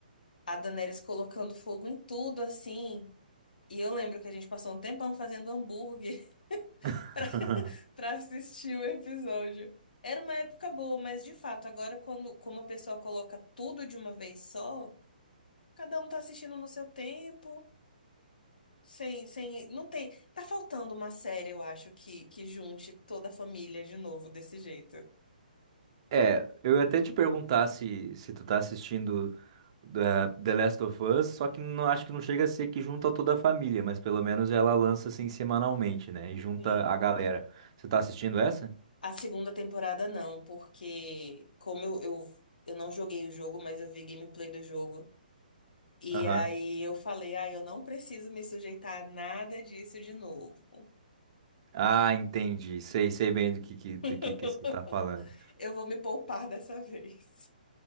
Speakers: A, on the left; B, on the right.
A: A Daenerys colocando fogo em tudo, assim. E eu lembro que a gente passou um tempão fazendo hambúrguer.
B: <laughs>
A: <laughs> pra assistir o episódio. Era uma época boa, mas de fato, agora quando, como o pessoal coloca tudo de uma vez só, cada um tá assistindo no seu tempo, sem, sem, não tem, tá faltando uma série, eu acho, que que junte toda a família de novo desse jeito.
B: É, eu ia até te perguntar se, se tu tá assistindo da- The Last of Us, só que não, acho que não chega a ser que junta toda a família, mas pelo menos ela lança assim semanalmente, né? E junta
A: Sim.
B: a galera. Você tá assistindo essa?
A: A segunda temporada não, porque como eu, eu, eu não joguei o jogo, mas eu vi gameplay do jogo. E
B: Aham.
A: aí eu falei, ah, eu não preciso me sujeitar a nada disso de novo.
B: Ah, entendi. Sei, sei bem do que, que- do
A: <laughs>
B: que que você tá falando.
A: Eu vou me poupar dessa vez.